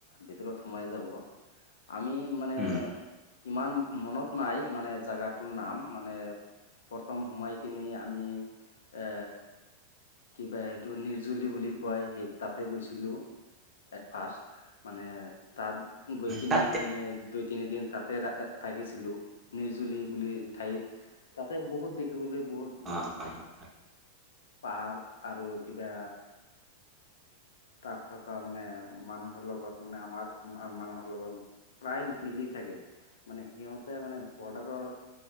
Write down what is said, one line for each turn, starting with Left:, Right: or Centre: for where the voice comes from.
Left: ভিতৰত সোমাই যাব আমি মানে
Right: উম
Left: ইমান মনত নাই মানে জেগা টো নাম মানে প্ৰথম সোমাই কিনি আমি এ কিবা সেইটো নিৰ্জুলি বুলি কয় সেই তাতে গৈছিলো। এট ফাষ্ট মানে তাত গৈ কিনি
Right: তাত
Left: আমি দুই তিনি দিন তাতে থাকিছিলো নিৰ্জুলি বুলি ঠাইত তাতে বহুত দেখিবলৈ বহুত
Right: অ', হয়, হয়। হয়
Left: পাৰ্ক আৰু কিবা তাত থকা মানে মানুহৰ লগত মানে আমাৰ মানুহৰ লগত প্ৰায় মিলি থাকে। মানে সিহঁতে মানে বৰ্ডাৰৰ